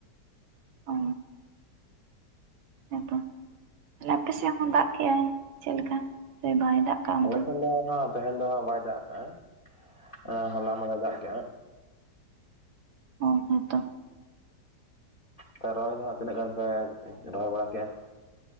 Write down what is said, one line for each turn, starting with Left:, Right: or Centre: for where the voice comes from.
Right: ᱚ᱾ ᱦᱮᱸᱛᱚ᱾ ᱛᱟᱦᱚᱞᱮ ᱟᱯᱮ ᱥᱮᱫ ᱦᱚᱸ ᱫᱟᱜ ᱠᱮ-ᱟᱭ ᱪᱮᱫ ᱞᱮᱠᱟ ᱥᱮ ᱵᱟᱭ ᱫᱟᱜ ᱠᱟᱜ-ᱟ ᱚᱱᱛᱮ
Left: ᱟᱞᱮ ᱥᱮᱱ ᱫᱚ ᱦᱟᱸᱜ ᱛᱟᱦᱮᱧ ᱫᱚ ᱦᱟᱸᱜ ᱵᱟᱭ ᱫᱟᱜ ᱟᱠᱟᱭᱟᱼᱟ ᱮᱸ ᱦᱚᱞᱟ ᱢᱟᱫᱷᱮᱨ ᱫᱟᱜ ᱠᱮᱼᱟᱭ᱾
Right: ᱚ ᱦᱮᱸᱛᱚ
Left: ᱛᱟᱣ ᱨᱚᱦᱚᱭ ᱫᱚ ᱦᱟᱸᱜ ᱛᱤᱱᱟᱹᱜ ᱜᱟᱱ ᱯᱮ ᱨᱚᱦᱚᱭ ᱵᱟᱲᱟ ᱠᱮᱜᱼᱟ᱾